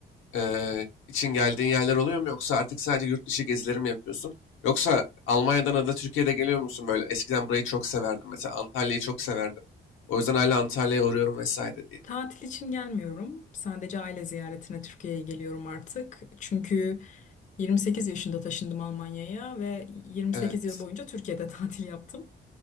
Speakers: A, on the left; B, on the left.
A: e, için geldiğin yerler oluyor mu? Yoksa artık sadece yurt dışı gezileri mi yapıyorsun? Yoksa Almanya'dan ya da Türkiye'de geliyor musun böyle? Eskiden burayı çok severdim. Mesela Antalya'yı çok severdim. O yüzden hala Antalya'ya uğruyorum vesaire diye.
B: Tatil için gelmiyorum. Sadece aile ziyaretine Türkiye'ye geliyorum artık. Çünkü 28 yaşında taşındım Almanya'ya ve 28
A: Evet,
B: yıl boyunca Türkiye'de <laughs> tatil yaptım.